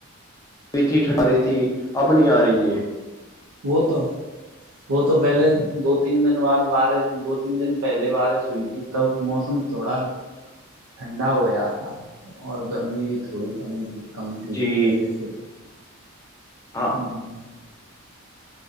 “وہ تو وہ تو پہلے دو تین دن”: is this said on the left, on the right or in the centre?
Right